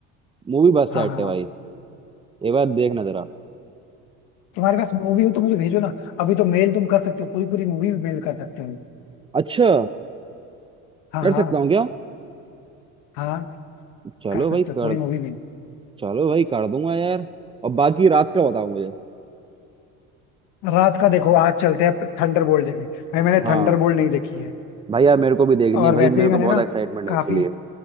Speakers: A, on the right (about 20°); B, on the left (about 80°).
A: मूवी बहुत सेट
B: हाँ हाँ
A: है
B: हाँ।
A: भाई एक बार देखना जरा
B: तुम्हारे पास मूवी हो तो मुझे भेजो ना अभी तो मेल तुम कर सकते हो पूरी पूरी मूवी मेल कर सकते हो
A: अच्छा
B: हाँ
A: कर
B: हाँ
A: सकता हूँ क्या
B: हाँ
A: चलो
B: कर सकते
A: भाई
B: हो
A: कर
B: पूरी मूवी मेल
A: चलो भाई कर दूंगा यार और बाकी रात का बताओ मुझे
B: रात का देखो आज चलते हैं थंडरबोल्ट देखने भाई मैंने
A: हाँ
B: थंडरबोल्ट नहीं देखी है
A: भाई यार मेरे को भी देखनी
B: और
A: है भाई
B: वैसे
A: मेरे
B: भी
A: को
B: मैंने
A: बहुत
B: ना
A: एक्साइटमेंट
B: काफी
A: है उसके लिए